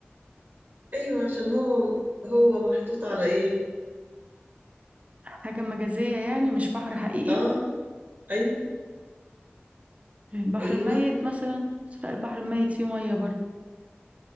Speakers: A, on the right; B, on the right.
A: ايوه عشان هو هو محطوط على ايه
B: حاجة مجازية يعني مش بحر حقيقي
A: اه ايوه
B: البحر
A: ايوه
B: الميت مثلا بس لا البحر الميت فيه ميه برضه